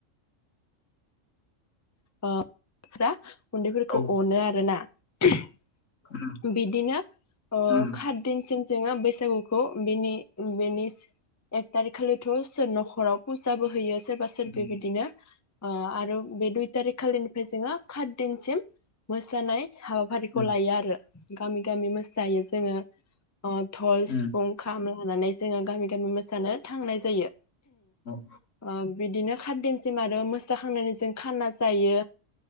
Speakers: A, on the left (about 20°); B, on the left (about 75°).
A: ओ <unintelligible> उन्दैफोरखौ
B: औ
A: अनो आरो ना <inaudible>
B: उम
A: बिदिनो
B: उम
A: खात दिनसिम जोंहा बैसागुखौ बेनि बेनि एक तारिख खालिथ न'खराव फुजाबो होयो। सोरबा सोरबि
B: उम
A: बेदिनो आरो बे दुइ थारिख खालिनिफ्राय जोंङो खात दिनसिम मोसानाय हाबाफारिखौ
B: उम
A: लायो आरो गामि गामि मोसायो जोङो धल
B: उम
A: सिफुं खाम लानानै जोङो गामि गामि मोसानो थांनाय जायो।
B: उम
A: ओ बिदिनो खाददिन सिम आरो मोसाखांनानै जों खाना जायो।